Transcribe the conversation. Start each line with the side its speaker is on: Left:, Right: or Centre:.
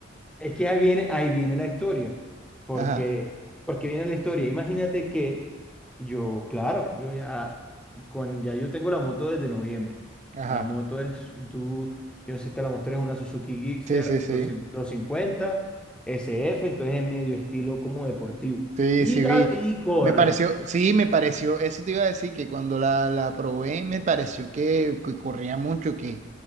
Centre: Es que ahí viene, ahí viene la historia. Porque,
Right: Ajá,
Centre: porque viene la historia. Imagínate que yo, claro, yo ya, con, ya yo tengo la moto desde noviembre.
Right: ajá.
Centre: La moto es, tú, yo no sé si te la mostré, es una Suzuki Gixxer
Right: Sí, sí, sí.
Centre: doscientos doscientos cincuenta S F entonces es medio estilo como deportivo.
Right: Sí,
Centre: Y,
Right: sí
Centre: ga-
Right: vi.
Centre: y corre,
Right: Me pareció, sí, me pareció, eso te iba a decir que cuando la, la probé me pareció que, que corría mucho, que,